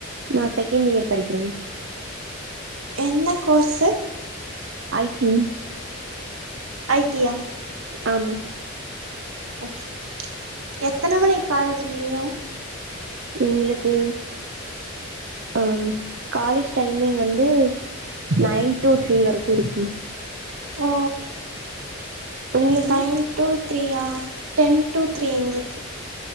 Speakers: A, on the right; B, on the right.
A: நா செகண்ட் இயர் படிக்கிறே
B: என்ன கோர்ஸ்
A: ஐ டி
B: ஐ டியா
A: ஆமா
B: ஓகே எத்தன மணிக்கு காலேஜ் முடியு
A: எங்களுக்கு அ காலேஜ் டைமிங் வந்து நையன் டூ த்ரீ வரைக்கு இருக்கு
B: ஓ
A: உங்களுக்கு
B: நையன் டூ த்ரீயா டென் டூ த்ரீ எங்களுக்கு